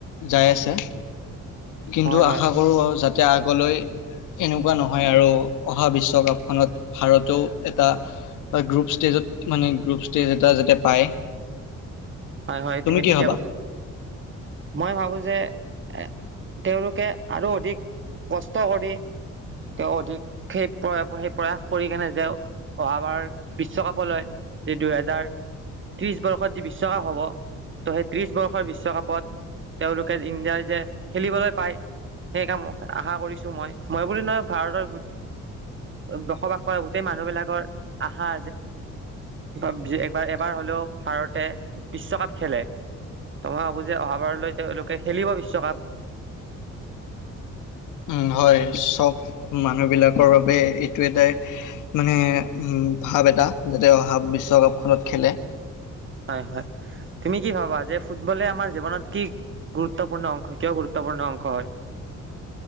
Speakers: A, on the left; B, on the right.
A: যাই আছে কিন্তু
B: হয় হয়
A: আশা কৰো আৰু যাতে যাতে আগলৈ এনেকুৱা নহয় আৰু অহা বিশ্বকাপখনত ভাৰতেও এটা গ্ৰুপ ষ্টেজত মানে গ্ৰুপ ষ্টেজ এটা যাতে পায়
B: হয় হয় তুমি
A: কি
B: ঠিকে
A: ভাবা?
B: কৈছা মই ভাবো যে এ তেওঁলোকে আৰু অধিক কষ্ট কৰি তেওঁ অধিক সেই প্ৰ সেই প্ৰয়াস কৰি কেনে যে অহাবাৰ বিশ্বকাপলৈ যি দুহেজাৰ ত্ৰিশ বৰ্ষত যি বিশ্ব বিশ্বকাপ হ'ব ত' সেই ত্ৰিশ বৰ্ষৰ বিশ্বকাপত তেওঁলোকে ইণ্ডিয়াৰ যে খেলিবলৈ পায় সেই কাম আশা কৰিছো মই মই বুলি নয় ভাৰতৰ <unintelligible> বসবাস কৰা গোটেই মানুহ বিলাকৰ আশা <unintelligible> এবাৰ হ'লেও ভাৰতে বিশ্বকাপ খেলে ত মই ভাবো যে অহাবাৰলৈ তেওঁলোকে খেলিব বিশ্বকাপ
A: উম হয় চব মানুহবিলাকৰ বাবে এইটো এটা মানে উ ভাৱ এটা যাতে অহা বিশ্বকাপখনত খেলে
B: হয় হয় তুমি কি ভাবা যে ফুটবলে আমাৰ জৱনত কি গুৰুত্ব গুৰুত্বপূৰ্ণ অংশ কিয় গুৰুত্বপূণ অংশ হয়